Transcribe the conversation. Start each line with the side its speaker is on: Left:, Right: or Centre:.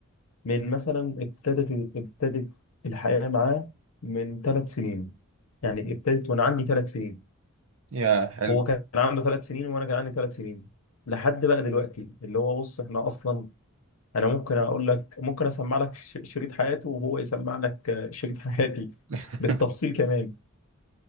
Left: من مثلا ابتدت ابتدت الحياة معاه من ثلاث سنين يعني ابتدت وانا عندي ثلاث سنين
Right: يا حلو
Left: هو كان عنده ثلاث سنين وانا كان عندي ثلاث سنين لحد بقى دلوقتي اللي هو بص احنا اصلا انا ممكن اقول لك ممكن اسمع لك ش- شريط حياته وهو يسمع لك <laughs> آه، شريط حياتي
Right: <laughs>
Left: بالتفصيل كمان